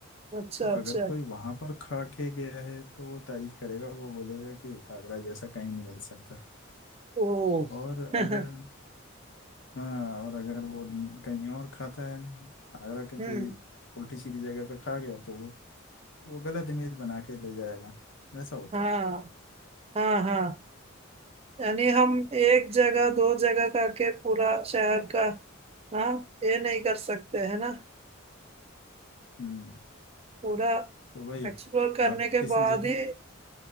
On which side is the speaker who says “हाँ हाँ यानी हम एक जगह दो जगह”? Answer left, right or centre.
Right